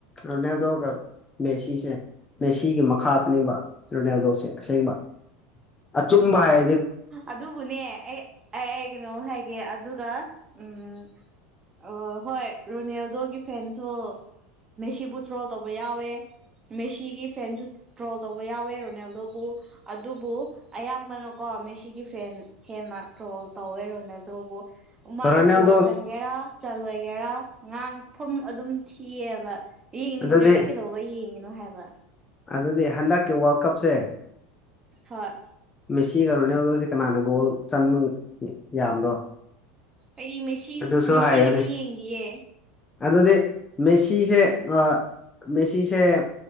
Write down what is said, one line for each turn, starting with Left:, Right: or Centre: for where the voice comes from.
Left: ꯑꯅꯦꯗꯣ ꯃꯦꯁꯤꯁꯦ ꯃꯦꯁꯤꯒꯤ ꯃꯈꯥꯗꯅꯦꯕ ꯔꯣꯅꯦꯜꯗꯣꯁꯦ ꯑꯁꯦꯡꯕ ꯑ ꯆꯨꯝꯕꯥ ꯍꯥꯏ
Right: ꯑꯗꯨꯕꯨꯅꯦ ꯑꯩ ꯑꯩ ꯑꯩ ꯀꯩꯅꯣ ꯍꯥꯏꯒꯦ ꯑꯗꯨꯒ ꯎꯝ ꯑ ꯍꯣꯏ ꯔꯣꯅꯦꯜꯗꯣꯒꯤ ꯐꯦꯟꯁꯨ ꯃꯦꯁꯤꯕꯨ ꯇ꯭ꯔꯣ ꯇꯧꯕ ꯌꯥꯎꯋꯦ ꯃꯦꯁꯤꯒꯤ ꯐꯦꯟꯁꯨ ꯗ꯭ꯔꯣꯜ ꯇꯧꯕ ꯌꯥꯎꯋꯦ ꯔꯣꯅꯦꯜꯗꯣꯕꯨ ꯑꯗꯨꯕꯨ ꯑꯌꯥꯝꯕꯅꯀꯣ ꯃꯦꯁꯤ ꯒꯤ ꯐꯦꯟ ꯍꯦꯟꯅ ꯇ꯭ꯔꯣꯜ ꯇꯧꯋꯦꯔꯣꯅ ꯑꯗꯨꯕꯨ ꯃꯥꯅꯣ
Left: ꯔꯣꯅꯦꯜꯗꯣ
Right: ꯀꯣ ꯆꯪꯒꯦꯔꯥ ꯆꯂ ꯒꯦꯔꯥ ꯉꯥꯡꯐꯝ ꯑꯗꯨꯝ ꯊꯤꯌꯦꯕ ꯌꯦꯡꯅꯤꯡꯗ꯭ꯔꯗꯤ
Left: ꯑꯗꯨꯗꯤ
Right: ꯀꯩꯗꯧꯕ ꯌꯦꯡꯉꯤꯅꯣ ꯍꯥꯏꯕ
Left: ꯑꯗꯨꯗꯤ ꯍꯟꯗꯛꯀꯤ ꯋꯥꯔꯜ ꯀꯞꯁꯦ
Right: ꯍꯣꯏ
Left: ꯃꯦꯁꯤꯒꯩꯅꯣꯅꯦꯕꯗꯣ ꯀꯅꯥꯅ ꯒꯣꯜ ꯆꯟꯕ ꯌꯥꯝꯕ꯭ꯔꯣ
Right: ꯑꯩ ꯃꯦꯁꯤ
Left: ꯑꯗꯨꯁꯨ
Right: ꯃꯦꯁꯤꯒꯤꯗꯤ
Left: ꯍꯥꯏꯌꯨꯅꯦ
Right: ꯌꯦꯡꯗꯤꯌꯦ
Left: ꯑꯗꯨꯗꯤ ꯃꯦꯁꯤꯁꯦ ꯑ ꯃꯦꯁꯤꯁꯦ